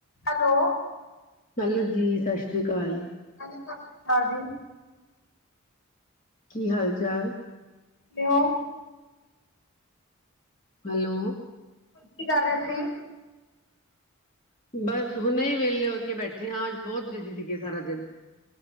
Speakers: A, on the left; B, on the left.
A: Hello.
B: Hello ਜੀ ਸਤਿ ਸ਼੍ਰੀ ਅਕਾਲ।
A: ਹਾਂਜੀ, 'ਸਤਿ ਸ਼੍ਰੀ ਅਕਾਲ ਜੀ'।
B: ਕੀ ਹਾਲ-ਚਾਲ?
A: ਕਿਉ
B: ਹੈਲੋ।
A: ਕੀ ਕਰ ਰਹੇ ਸੀ?
B: ਬਸ ਹੁਣੇ ਹੀ ਵਹਲੇ ਹੋ ਕੇ ਬੈਠੇ ਹਾਂ, ਅੱਜ ਬਹੁਤ ਬਿਜੀ ਸੀਗੇ ਸਾਰਾ ਦਿਨ।